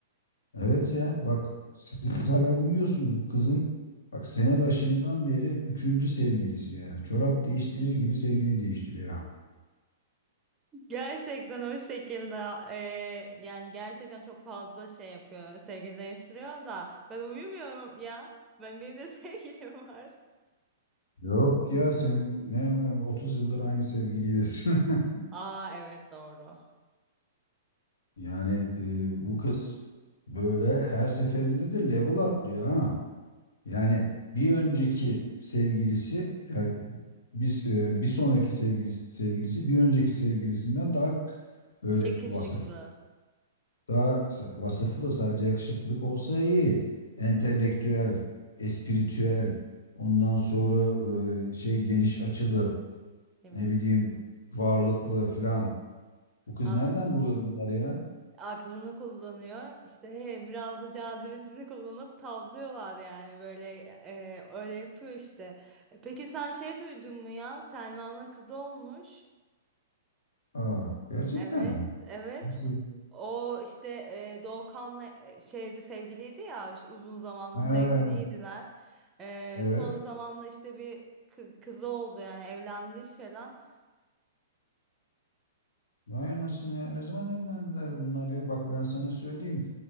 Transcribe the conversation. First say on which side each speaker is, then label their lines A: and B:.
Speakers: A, on the left (about 75°); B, on the right (about 20°).
A: Evet ya bak siz hala uyuyorsunuz bu kızın. Bak sene başından beri üçüncü sevgilisi yani. Çorap değiştirir gibi sevgili değiştiriyor ha.
B: Gerçekten o şekilde e, yani gerçekten çok fazla şey yapıyor. Sevgili değiştiriyor da ben uyumuyorum ya. Ben benim de <laughs> sevgilim var.
A: Yok ya sen ne ne, 30 yıldır aynı sevgiliylesin. <laughs>
B: Aa evet doğru.
A: Yani e, bu kız böyle her seferinde de level atlıyor ha. Yani bir önceki sevgilisi yani biz e, bir sonraki sevgilisi, sevgilisi bir önceki sevgilisinden daha böyle
B: Yakışıklı.
A: vasıflı, daha sa- vasıflı sadece yakışıklılık olsa iyi. Entelektüel, espiritüel, ondan sonra e, şey geniş açılı,
B: Demek.
A: ne bileyim varlıklı filan. Bu kız
B: A-
A: nereden buluyor bunları ya?
B: aklını kullanıyor. İşte he, biraz da cazibesini kullanıp tavlıyorlar yani böyle e, öyle yapıyor işte. E, Peki sen şey duydun mu ya? Selma'nın kızı olmuş.
A: Aa, gerçekten
B: Evet,
A: mi?
B: evet.
A: Nasıl?
B: O işte e, Doğukan'la e, şeydi sevgiliydi ya işte uzun zamandır
A: He,
B: sevgiliydiler. E,
A: evet.
B: son zamanla işte bir kı- kızı oldu yani evlendi falan.
A: Vay anasını ya. Ne zaman evlendiler bunlar ya? Bak ben sana söyleyeyim.